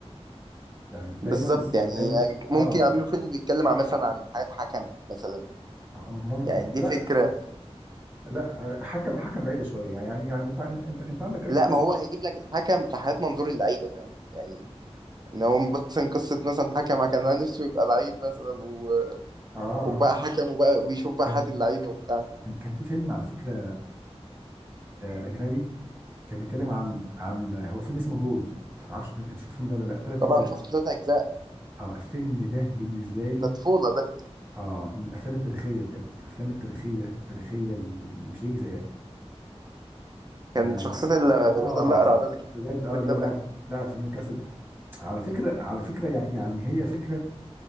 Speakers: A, on the right; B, on the right.
A: يعني
B: بالظبط
A: دايما
B: يعني
A: دايما
B: ممكن
A: اه
B: يعملوا فيلم بيتكلم عن مثلا عن حياه حكم مثلا
A: آه، ممكن
B: يعني دي
A: لا
B: فكره
A: لا آه، حكم حكم بعيده شويه يعني يعني يعني انت انت انت عندك الف
B: لا
A: قصه
B: ما هو هيجيب لك الحكم في حياه منظور اللعيبه فاهم يعني ان هو مثلا قصه مثلا حكم كان نفسه يبقى لعيب مثلا و...
A: اه
B: وبقى
A: اه
B: حكم وبقى بيشوف بقى
A: كان
B: حياه اللعيبه وبتاع
A: كان كان في فيلم على فكره آه، اجنبي كان بيتكلم عن عن هو فيلم اسمه جول ما اعرفش انت أنت شفت الفيلم ده ولا لا ثلاث
B: طبعا
A: اجزاء
B: شفت تلات اجزاء
A: اه الفيلم ده بالنسبه لي
B: ده طفوله ده
A: اه من الافلام التاريخيه بجد الافلام التاريخيه التاريخيه اللي مش هيجي زيها انا
B: كان
A: يعني
B: شخصيه ال-
A: اه
B: الواد الاقرع
A: انا
B: ده اللي كان
A: بجد اه
B: بيقول
A: اللي
B: ده
A: هو
B: بقى.
A: لاعب لاعب في نيوكاسل على فكره على فكره يع- يعني هي فكره